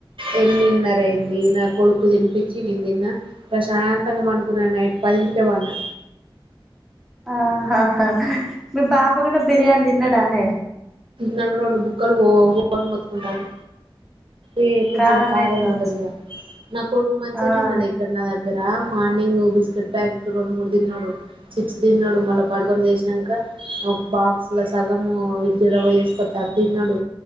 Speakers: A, on the right; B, in the centre.
A: ఎనిమిదిన్నర అయింది నా కొడుక్కు తినిపించి నేను దిన్నా ప్రశాంతంగా పనుకున్నా నైట్ పదింటికే వన్నా
B: ఆహాహా హ్ మీ బాబు గుడా బిర్యానీ తిన్నడానే
A: నా రొండు బుక్కలు బోవు మోతుకుంటాయి అే కొంచెం
B: కారమైంది
A: కారం
B: కావచ్చు
A: ఉంటదిగా నా కొడుక్ మంచిగాదిన్నడే
B: ఆ
A: ఇక్కడ నాదగ్ గ్గర మార్నింగ్ బిస్కెట్ ప్యాకెట్లు రెండు మూడు తిన్నాడు చిప్స్ తిన్నాడు మళ్ళా పడుకొని లేసినంక ఒక్ బాక్స్ లో సగము ఇడ్లి రవ్వ చేసుకత్త అదిన్నడు